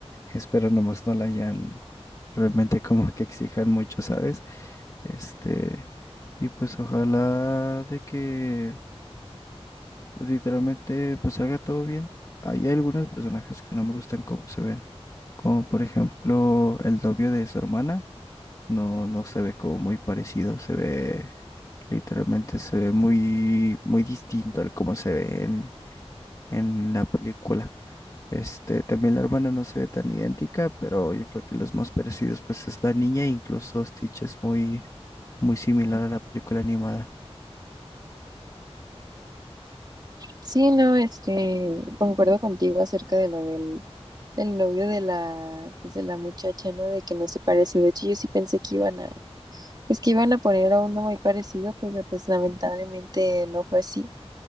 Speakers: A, on the left; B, on the right.
A: Espero nomás no la hayan realmente como que exijan mucho, ¿sabes? Este, y pues ojalá de que pues, literalmente pues salga todo bien. Hay algunos personajes que no me gustan cómo se ven, como por ejemplo el novio de su hermana, no, no se ve como muy parecido, se ve literalmente se ve muy, muy distinto al cómo se ve en, en la película. Este, también la hermana no se ve tan idéntica, pero yo creo que los más parecidos pues es la niña, incluso Stitch es muy, muy similar a la película animada.
B: Sí, no, este, concuerdo contigo acerca de lo del, del novio de la, pues, de la muchacha, ¿no? De que no se parece. De hecho, yo sí pensé que iban a, pues que iban a poner a uno muy parecido, pues, de- pues lamentablemente no fue así.